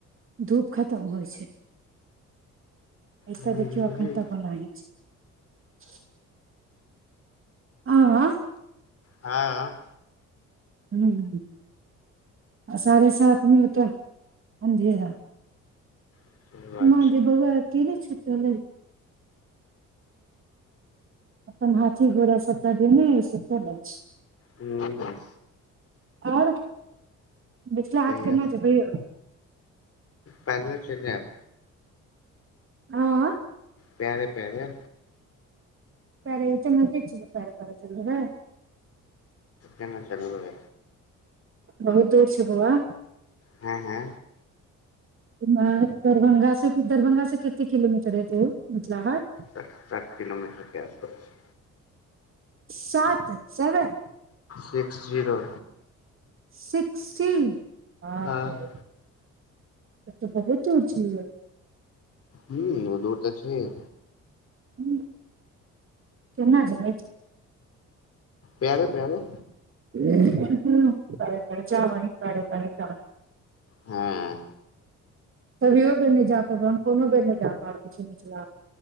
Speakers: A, on the right; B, on the left.
A: धूप खतम होइ छै ए
B: हूँ
A: तऽ देखियौ एखन तक ओनाहीं छै आँय
B: हँ
A: हूँ आ साढ़े साथमे ओतऽ अन्धेरा
B: सही बात
A: माँ
B: छै
A: गे बौआ अकेले सुतल हइ अपन हाथी घोड़ा सबटा धेने सुतल अछि
B: हूँ
A: आओर मिथिला
B: कहियौ
A: हाट केना जेबै यौ
B: पैदले चलि जैब
A: हँ
B: पैरे पैरे
A: पैरे चलय दैत छियै जे पैरे पैरे चलि जेबै
B: केना चलबै
A: बहुत दूर छै बौआ
B: हँ हँ
A: दरभंगा से दरभंगा से कते किलोमीटर हेतै ओ मिथिला हाट
B: साठ किलोमीटर के आसपास
A: सात सेवन
B: सिक्स जीरो।
A: सिक्टी। बाप
B: हँ
A: रे तब त बहुत दूर छिय
B: हू दूर तऽ छैय।
A: हम्म केना जबै छ।
B: प्यारे प्यारे
A: है बड़े खर्चा बहीन कररे तरे च
B: ह्म्म
A: तभियो बेर नहि जा पाबबैन कोनो बेर नहि जा पाबबै छी पछल